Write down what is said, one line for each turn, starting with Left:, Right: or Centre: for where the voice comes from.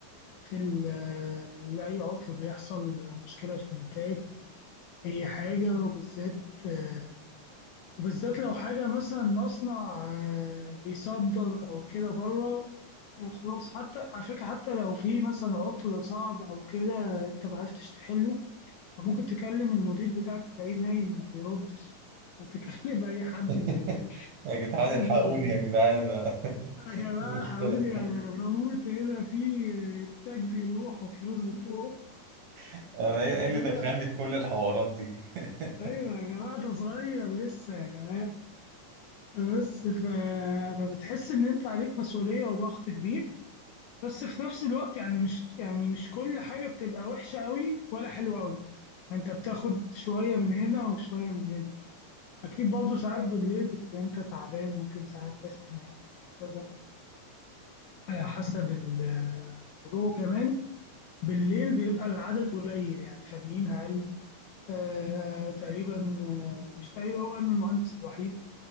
Left: في ال- آه، لأي عطل بيحصل مشكلة في الإنتاج أي حاجة وبالذات آه، وبالذات لو حاجة مثلا مصنع آه، بيصدر أو كده بره آه، خلاص حتى على فكرة حتى لو في مثلا عطل صعب أو كده أنت معرفتش تحله فممكن تكلم المدير بتاعك تلاقيه نايم ما بيردش أو تكلم أي حد
Right: <laughs>
Left: من
Right: يا جدعان
Left: الخبرة
Right: الحقوني يا جدعان <laughs>
Left: يا جماعة
Right: دي مشكله
Left: حاولي يعني
Right: <laughs>
Left: أنا بموت هنا في إنتاج بيروح وفلوس بتروح
Right: انا ايه إيه اللي
Left: آه،
Right: دخلني في كل الحوارات دي <laughs>
Left: أيوة يا جماعة ده صغير لسه يا جماعة بس ف... فبتحس إن أنت عليك مسؤولية وضغط كبير بس في نفس الوقت يعني مش يعني مش كل حاجة بتبقى وحشة أوي ولا حلوة أوي يعني أنت بتاخد شوية من هنا وشوية من هنا أكيد برضه ساعات بالليل بتبقى أنت تعبان ممكن ساعات عايز تنام كذا على حسب ال- الموضوع وكمان بالليل بيبقى العدد قليل يعني فنيين أقل آه تقريبا آه مش تقريبا هو أنا المهندس الوحيد